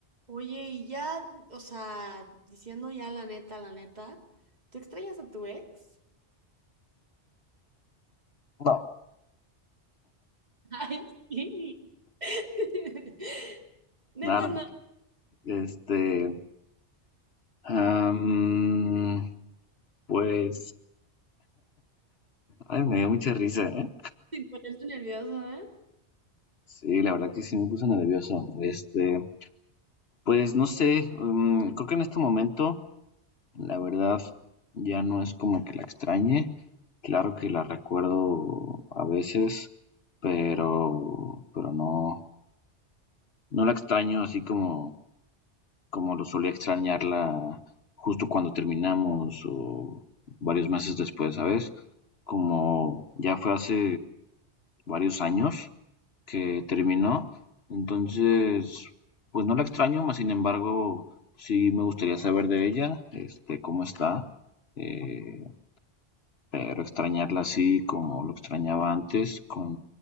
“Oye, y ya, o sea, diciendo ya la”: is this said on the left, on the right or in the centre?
Right